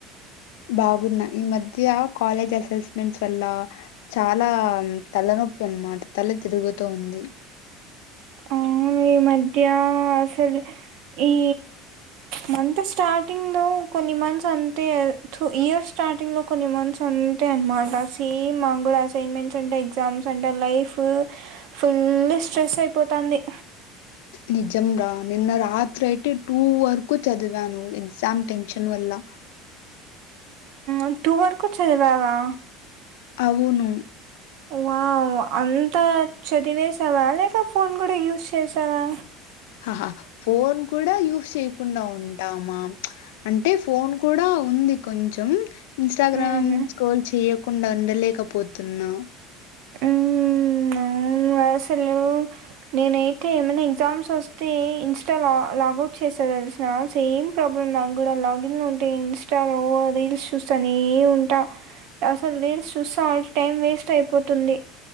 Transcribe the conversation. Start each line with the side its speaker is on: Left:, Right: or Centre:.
Left: బాగున్నా ఈ మధ్య కాలేజ్ అసెస్మెంట్స్ వల్ల చాలా తలనొప్పి అనమాట తల తిరుగుతూ ఉంది
Right: అవున్ ఈ మధ్య అసలు ఈ మంత్ స్టార్టింగ్ లో కొన్ని మంత్స్ అంతే తు ఇయర్ స్టార్టింగ్ లో కొన్ని మంత్స్ అంతే అనమాట సేమ్ మాగుడ అసైన్మెంట్స్ ఉంటయ్ ఎగ్జామ్స్ ఉంటయ్ లైఫ్ ఫుల్ స్ట్రెస్ అయిపో పోతాంది
Left: నిజం రా నిన్న రాత్రి అయితే టూ వరకు చదివాను గ్జామ్ టెన్షన్ వల్లా
Right: మ్ టూ వరకు చదివావా
Left: అవును
Right: వా అంతా చదివేసావా లేక ఫోన్ కూడా యూజ్ చేసావా
Left: అ హా ఫోన్ కూడా యూస్ చేయకుండా ఉంటామా అంటే ఫోన్ కూడా ఉ ంది కొంచం ఇన్స్టాగ్రామ్
Right: మ్మ్
Left: స్క్రోల్ చేయకుండా ఉండలేకపోతున్నా
Right: ఊ మ్ అసలు నేనైతే ఏమైనా ఎగ్జామ్స్ వస్తే ఇన్స్టా లా లాగౌట్ చేసా తెలిసిన సేమ్ ప్రాబ్లమ్ నాకు కూడా లాగిన్ లో ఉంటే ఇన్స్టా లో రీల్స్ చూస్తానే ఉం ట అసలు రీల్స్ చూస్తా టైం వేస్ట్ అయిపోతుంది